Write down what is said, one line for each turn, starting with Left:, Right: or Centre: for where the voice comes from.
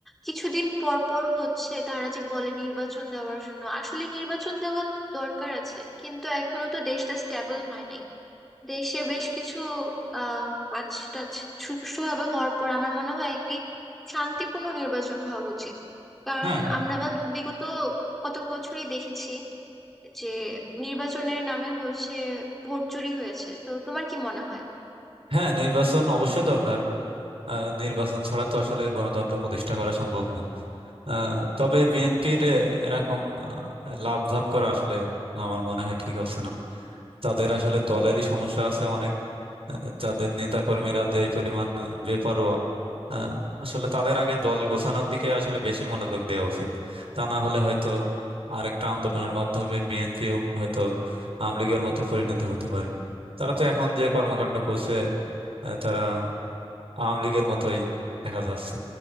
Centre: কিছুদিন পর পর হচ্ছে তারা যে বলে নির্বাচন দেওয়ার জন্য আসলে নির্বাচন দেওয়া দরকার আছে কিন্তু এখনো তো দেশটা স্টেবল হয় নাই দেশে বেশ কিছু আহ কাজ টাজ সুষ্ঠুভাবে হওয়ার পর আমার মনে হয় একটি শান্তিপূর্ণ নির্বাচন হওয়া উচিত কারণ
Right: হ্যাঁ
Centre: আমরা বিগত কত বছরই দেখেছি যে নির্বাচনের নামে হচ্ছে ভোট চুরি হয়েছে তো তোমার কি মনে হয়
Right: হ্যাঁ নির্বাচন অবশ্যই দরকার আহ, নির্বাচন ছাড়া তো আসলে গণতন্ত্র প্রতিষ্ঠা করা সম্ভব না আহ, তবে বিএনপির এরকম আহ, লাফঝাপ করা আসলে আমার মনে হয় ঠিক হচ্ছে না তাদের আসলে দলেরই সমস্যা আছে অনেক আহ, তাদের নেতাকর্মীরা যে পরিমাণ আহ, বেপরোয়া আহ, আসলে তাদের আগে দল গোছানোর দিকে আসলে বেশি মনোযোগ দেওয়া উচিত তা না হলে হয়তো আরেকটা আন্দোলনের মাধ্যমে বিএনপিও হয়তো আওয়ামী লীগের মতো পরিণত হতে পারে তারা তো এখন যে কর্মকাণ্ড করছে আহ, তারা আওয়ামী লীগের মতোই দেখা যাচ্ছে